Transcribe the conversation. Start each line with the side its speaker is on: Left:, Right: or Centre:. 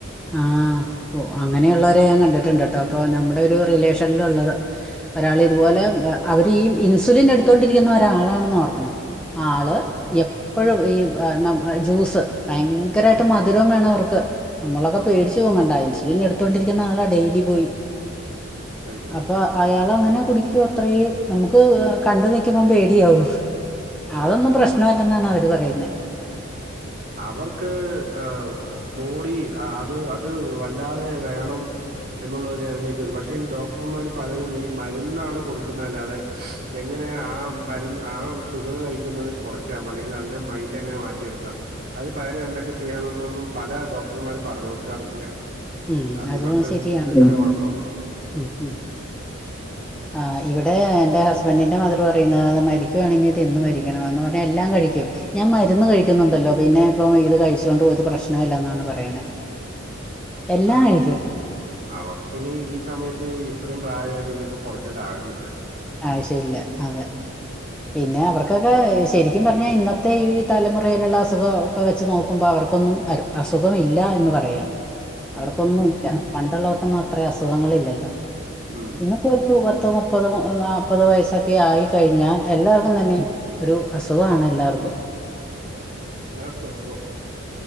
Centre: ആഹ്. ഒ അങ്ങനെയുള്ളവരെ ഞാൻ കണ്ടിട്ടുണ്ട്ട്ടോ അപ്പൊ നമ്മടെ ഒരു റിലേഷന്ൽ ഉള്ളത. ഒരാള് ഇതുപോലെ
Right: ഉം.
Centre: അവര് ഈ ഇൻസുലിൻ എടുത്തോണ്ടിരിക്കുന്ന ഒരാളാണെന്ന് ഓർക്കണം. ആള്
Right: ഓ
Centre: എപ്പോഴും ഈ എ ന്ന ജ്യൂസ് ഭയങ്കരട് ട്ട് മധുരോം വേണം അവർക്ക് ന്നമ്മളൊക്കെ
Right: ഓ
Centre: പേടിച്ച് പോവും കണ്ട ഇൻസുലിൻ എടുത്തോണ്ടിരിക്കുന്ന ആളാ ഡെയിലി പോയി
Right: കഴിക്കുന്നുണ്ട്
Centre: അപ്പൊ അയാളും അങ്ങന കുടിക്കു ആത്രം നമുക്ക് കണ്ട് നിക്കുമ്പോം പേടിയാവും
Right: അത്
Centre: അതൊന്നും
Right: ശരി.
Centre: പ്രശ്നമല്ലെന്നാണ് അവര് പറയുന്നെ.
Right: അവർക്ക് എഹ് ബോഡി അഹ് അത് അത് വല്ലാതെ വേണം. എന്ന് ഉളോര് ലെവലിലേക്ക് വരും പക്ഷെ ഈ ഡോക്ടർമാർ പലരും ഈ മരുന്നാണ് കൊടുക്കുന്നതല്ലാതെ. എങ്ങനെ ആഹ് മരുന്ന് ആഹ് ഷുഗർ കഴിക്കുന്നത് കുറയ്ക്കാം അല്ലെങ്കിൽ അതിനെ മൈൻഡ് എങ്ങനെ മാറ്റിയെടുക്കാം. അയ്ന് പകരം എന്തൊക്കെ ചെയ്യാമെന്നൊന്നും പല ഡോക്ടർമാര് പറഞ്ഞ് കൊടുക്കാറില്ല.
Centre: ഉം
Right: അത്
Centre: അതും
Right: ഇവിടുത്തൊരു
Centre: ശരിയാണ്
Right: സിസ്റ്റത്തിന്റ കൊഴപ്പവാ.
Centre: ഉം ഉം ആഹ് ഇവടെ എന്റെ ഹസ്ബൻന്റിന്റെ മതർ പറയുന്നെ മരിക്കുയാണെങ്കി തിന്ന് മരിക്കണം എന്ന് പറഞ്ഞ എല്ലാം കഴിക്കും. ഞാൻ മരുന്ന്
Right: ഉം.
Centre: കഴിക്കുന്നുണ്ടല്ലോ പിന്നെപ്പേം ഇത് കഴിച്ചോണ്ട് ഒര് പ്രശ്നോം ഇല്ലന്നാണ് പറയണേ. എല്ലാം
Right: ആഹ്
Centre: കഴിക്കും
Right: അവർക്കിന ഈ സമയത്ത് ഇത്രയും പ്രായമായിട്ട് ഇനിപ്പോ കുറക്കേണ്ട ആവശ്യം ഇല്ലല്ലോ
Centre: ആവശ്യല്ല അതെ പിന്നെ അവർക്കൊക്കെ ശരിക്കും പർഞ്ഞാ ഇന്നത്തെ ഈ തലമുറയിലുള്ള അസുഖൊ ക്കെ വെച്ച് നോക്കുമ്പോ അവർക്കൊന്നും അര് അസുഖമില്ല എന്ന് പറയാ.
Right: അത്
Centre: അവർക്കൊന്നുംല്ല
Right: ശരി.
Centre: പണ്ട്ള്ളോർക്കൊന്നും അത്ര അസുഖങ്ങള്ല്ലല്ല.
Right: ഉം
Centre: പ്പ ഒരു പത്ത്, മുപ്പത്, നാല്പ്പത് വയസ്സൊക്കെ ആയി കഴിഞ്ഞാ എല്ലാവർക്കും തന്നെ ഒരു അസുഖാണ് എല്ലാർക്കും
Right: ഏഹ് എല്ലാർക്കും അസുഖോ?